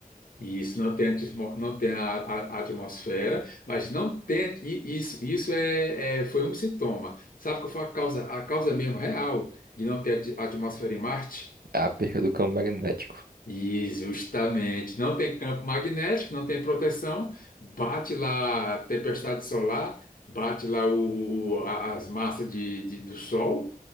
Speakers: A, on the left (about 70°); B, on the right (about 85°).
A: E Isso, não tem, atmo- não tem a, a- a atmosfera, mas não tem, e isso, isso é, é- foi um sintoma. Sabe qual foi a causa, a causa mesmo real de não ter at- atmosfera em Marte?
B: A perda do campo magnético.
A: E justamente, não tem campo magnético, não tem proteção, bate lá a tempestade solar, bate lá o, o- a- as massas de, de- do Sol